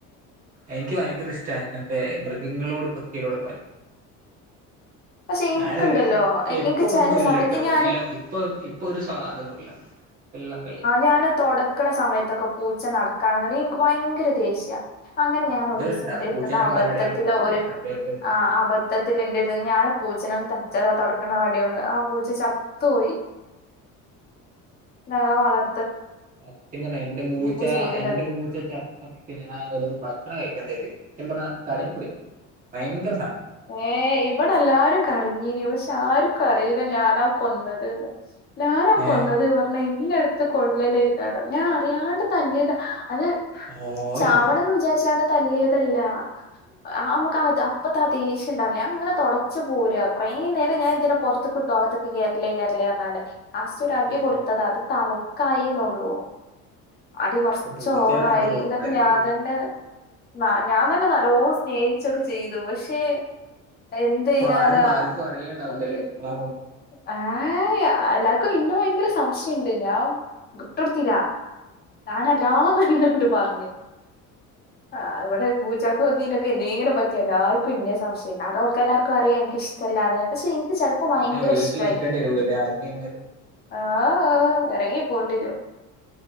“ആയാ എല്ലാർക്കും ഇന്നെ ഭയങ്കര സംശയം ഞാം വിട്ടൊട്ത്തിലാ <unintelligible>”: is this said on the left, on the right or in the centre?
Left